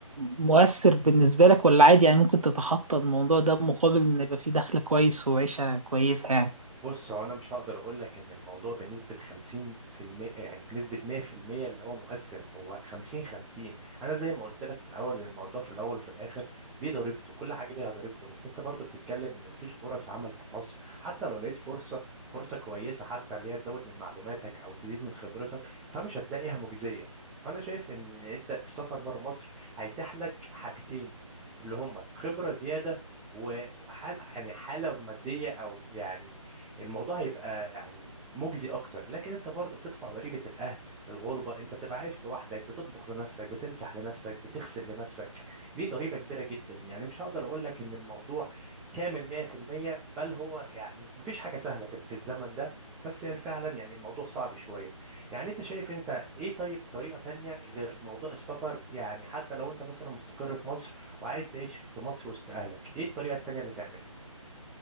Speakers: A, on the right; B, in the centre.
A: مؤثر بالنسبة لك ولا عادي يعني ممكن تتخطى الموضوع ده بمقابل ان يبقى في دخل كويس وعيشة كويسة يعني
B: بص هو انا مش هقدر اقول لك ان الموضوع بنسبه 50% يعني بنسبه 100% اللي هو مؤثر هو 50 50 انا زي ما قلت لك في الاول الموضوع في الاول وفي الاخر ليه ضريبته كل حاجه ليها ضريبته بس انت برضو بتتكلم ان مفيش فرص عمل في مصر حتى لو لقيت فرصه فرصه كويسه حتى اللي هي تزود من معلوماتك او تزيد من خبرتك فمش هتلاقيها مجزيه فانا شايف ان انت السفر بره مصر هيتيح لك حاجتين اللي هما خبره زياده وحال يعني حالة مادية أو يعني الموضوع هيبقى يعني مجزي اكتر لكن انت برضو بتدفع ضريبة الاهل الغربة انت بتبقى عايش لوحدك بتطبخ لنفسك بتمسح لنفسك بتغسل لنفسك ليه ضريبة كبيرة جدا يعني مش هقدر اقول لك ان الموضوع كامل 100% بل هو يعني مفيش حاجة سهلة في في الزمن ده بس هي فعلا يعني الموضوع صعب شوية يعني انت شايف انت ايه طيب طريقة تانية غير موضوع السفر يعني حتى لو انت مثلا مستقر في مصر وعايز تعيش في مصر وسط اهلك ايه الطريقة التانية اللي تعملها